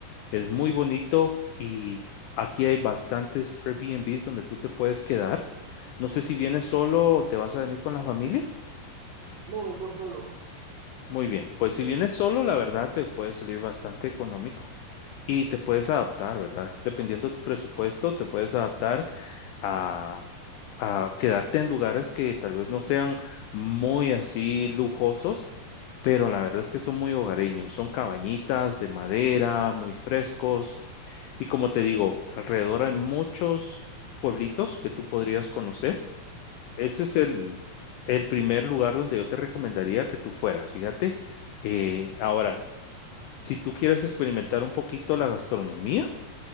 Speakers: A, on the left; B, on the right.
A: Es muy bonito y aquí hay bastantes Airbnbs donde tú te puedes quedar. No sé si vienes solo o te vas a venir con la familia.
B: No vengo solo.
A: Muy bien, pues si vienes solo, la verdad te puede salir bastante económico y te puedes adaptar, ¿verdad? Dependiendo de tu presupuesto, te puedes adaptar a, a quedarte en lugares que tal vez no sean muy así lujosos, pero la verdad es que son muy hogareños, son cabañitas de madera, muy frescos. Y como te digo, alrededor hay muchos pueblitos que tú podrías conocer. Ese es el, el primer lugar donde yo te recomendaría que tú fueras, fíjate. Eh, ahora, si tú quieres experimentar un poquito la gastronomía,